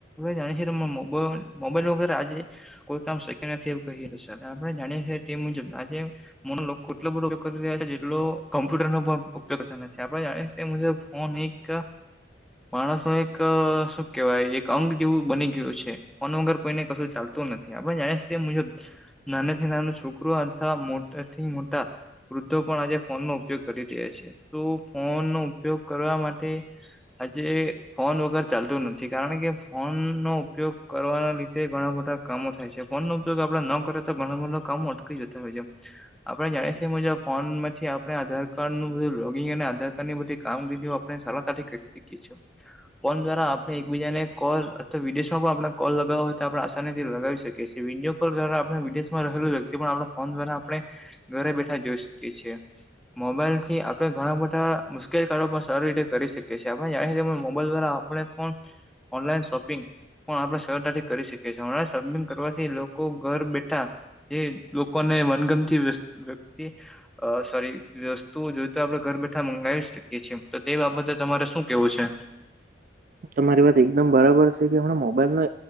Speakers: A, in the centre; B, on the right.
A: જાણીએ છએ મો મોબાઈલ વગર આજે કોઈ કામ શક્ય નથી એવું કહી રહ્યું છે આપણે જાણીએ છીએ તે મુજબ આજે મને લોકો કેટલો બધો કરી રહ્યા છે જે એટલો કોમ્પ્યુટરનો પણ ઉપયોગ થાય છે આપણેે જાણીએ તે મુજબ ફોન એક. માણસનું એક શું કેવાય એક અંગ જેવું બની ગયું છે. ફોન વગર કોઈને કશું ચાલતું નથી આપણે જાણીએ મુજબ નાનાથી નાનું છોકરું અથવા મોટાથી મોટા વૃદ્ધો પણ આજે ફોનનો ઉપયોગ કરી રહ્યા છે, તો ફોનનો ઉપયોગ કરવા માટે આજે ફોન વગર ચાલતું નથી કારણ કે ફોન ફોનનો ઉપયોગ કરવાના લીધે ઘણા બધા કામો થાય છે ફોન ન ઉપયોગ આપણે ન કરે તો ઘણ બધું કામો અટકી જતા હોય છે. આપણે જાણીએ છે, મુજબ ફોનમાંથી આપણે આધાર કાર્ડનું બ લોગિંગ અને આધાર કાર્ડની બધી કામગીરીઓ આપણે સરળતાથી કરી શકીએ છે. ફોન દ્વારા આપણે એકબીજાને કોલ અથવા વિદેશમાં પણ આપણે કોલ લગાવો હોય તો આપણે આસાનીથી લગાવી શકીએ વિડીયો કોલ દ્વારા આપણે વિદેશમાં રહેલું વ્યક્તિ પણ આપણા ફોન દ્વારા આપણે ઘરે બેઠા જોઈ શકીએ છીએ મોબાઈલથી આપણે ઘણા બધા મુશ્કેલ કારો પણ સારી રીતે કરી શકીએ છે, આપણે જાણીએ મોબાઈલ દ્વારા આપણે પણ ઓનલાઇન શોપિંગ પણ આપણે સરતાથી કરી શકીએ છે ઓનલાઇન શોપિંગ કરવાથી લોકો ઘર બેઠા જે લોકોને મનગમતી વસ વ્યક્તિ અ સોરી વસ્તુ જો તો આપડે ઘર બેઠા મંગાવી શકીએ છે, ત તે બાબતે તમારે શું કેવું છે?
B: તમારી વાત એકદમ બરાબર છે કે હમણા મોબાઈલને